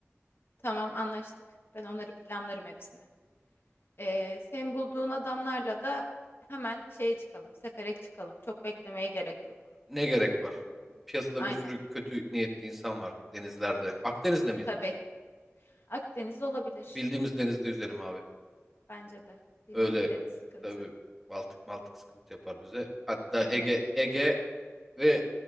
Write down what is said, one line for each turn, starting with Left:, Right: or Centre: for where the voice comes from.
Left: Tamam anlaştık. Ben onları planlarım hepsini. Ee, senin bulduğun adamlarla da hemen şeye çıkalım. Sefere çıkalım. Çok beklemeye gerek yok.
Centre: Ne gerek var? Piyasada
Left: Aynen.
Centre: bir sürü kötü niyetli insan var denizlerde. Akdeniz'de miyiz
Left: Tabii.
Centre: biz?
Left: Akdeniz olabilir.
Centre: Bildiğimiz
Left: Evet.
Centre: denizde yüzelim abi.
Left: Bence de. Bilmediklerimiz
Centre: Öyle
Left: sıkıntı.
Centre: tabii Baltık Maltık sıkıntı yapar bize. Hatta
Left: Hı hı.
Centre: Ege Ege ve